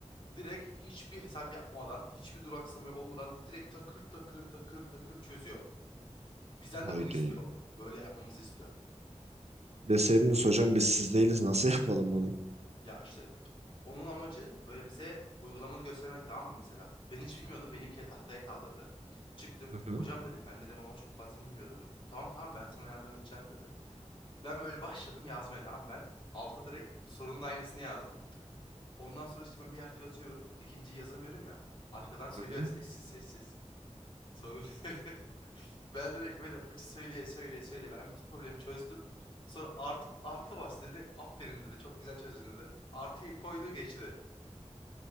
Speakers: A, on the left; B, on the right.
A: Direkt hiçbir hesap yapmadan, hiçbir duraksama olmadan direkt takır takır takır takır çözüyor. Bizden
B: Haydi.
A: de bunu istiyor. Böyle yapmamızı istiyor.
B: Deseydiniz hocam biz siz değiliz nasıl <laughs> yapalım bunu?
A: Ya işte onun amacı böyle bize uygulamalı göstermek tamam mı mesela? Ben hiç bilmiyordum. Beni bir kere tahtaya kaldırdı. Çıktım.
B: Hı hı.
A: Hocam dedim ben dedim ama çok fazla bilmiyorum dedim. Tamam tamam ben sana yardım edeceğim dedi. Ben böyle başladım yazmaya tamam mı? ben. Alta direkt sorunun aynısını yazdım. Ondan sonra işte ben bir harf yazıyorum. İkinciyi yazamıyorum ya. Arkadan söylüyor
B: Hı hı.
A: sessiz sessiz. Sonra <laughs> ben direkt böyle hoca söyleye söyleye söyleye. Ben bütün problemi çözdüm. Sonra artı, artı bas dedi. Aferin dedi. Çok güzel çözdün dedi. Artıyı koydu geçti.